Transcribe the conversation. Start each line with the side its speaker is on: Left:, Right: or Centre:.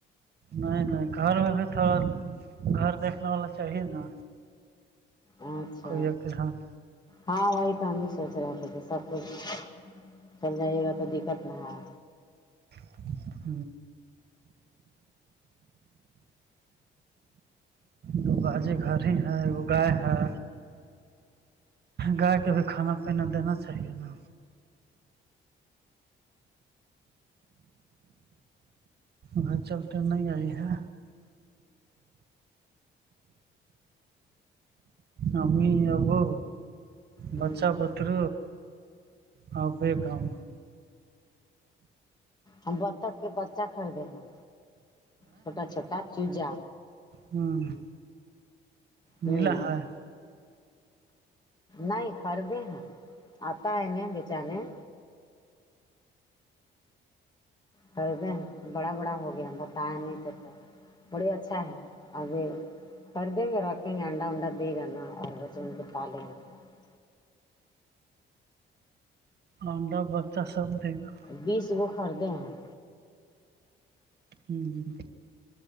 Right: نہیں نہیں گھر میں بھی تھوڑا گھر دیکھنے والا چاہیے نا
Left: اچھا
Right: کوئی ایک جان
Left: ہاں وہی تو ہم سونچ رہے تھے کہے سب کچھ چل جائے گا تودیکت نا ہے
Right: <inaudible> دو باجی گھر ہے گائے ہے گائے کے بھی کھانا پینینا دینا چاہیے نا گھر چلتے نہیں آئی ہے امی ابو
Left: ہوں
Right: بچہ بتر اور بیکم
Left: ہم بتخ کے بچہ خریدے ہیں چھوٹا چھوٹا چوزا
Right: ہاں
Left: ہوں
Right: ملا ہے
Left: نہیں گھر بھی ہیں آتا ہے نہیں بیچانے خریدے ہیں بڑا بڑا ہو گیا بتیا نہیں تھے تو بڑی اچھا ہے ابھی خریدیں گے رکھیں گے انڈا ونڈا دیے گا نا اور بچے ان کے پالیں گے تھوڑا
Right: انڈا بچا سب دے گا
Left: بیس گو خریدے ہیں
Right: ہوں